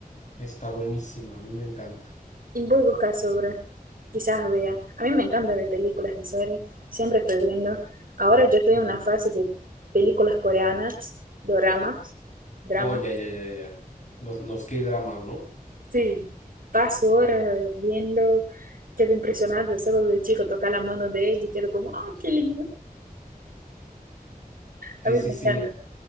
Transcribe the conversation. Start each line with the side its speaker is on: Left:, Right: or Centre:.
Left: Está buenísima, a mí me encanta.
Right: Y voy a buscar sobre. Quizás vea. A mí me encanta ver películas y series. Siempre estoy viendo. Ahora yo estoy
Left: Sí.
Right: en una fase de películas coreanas, doramas, dramas.
Left: Oh, ya, ya, ya, ya. Los, los K-dramas, ¿no?
Right: Sí, paso horas viendo, quedo impresionada, solo de chico tocar la mano de ella y quedo como, ¡ah, qué lindo!
Left: Sí,
Right: A mí
Left: sí,
Right: me
Left: sí.
Right: encanta.